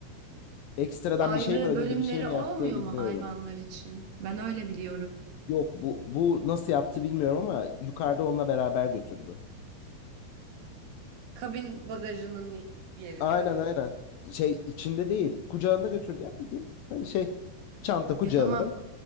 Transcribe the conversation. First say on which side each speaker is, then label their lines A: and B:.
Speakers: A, on the left; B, on the right.
A: Ekstradan
B: Ayrı
A: bir şey mi ödedi,
B: bölümleri
A: bir şey mi
B: olmuyor
A: yaptı bilmiyorum.
B: mu hayvanlar için? Ben öyle biliyorum.
A: Yok bu bu nasıl yaptı bilmiyorum ama yukarıda onunla beraber götürdü.
B: Kabin bagajının yerinde.
A: Aynen aynen. Şey içinde değil, kucağında götürdü ya bildiğin. Hani şey çanta kucağında.
B: Ya tamam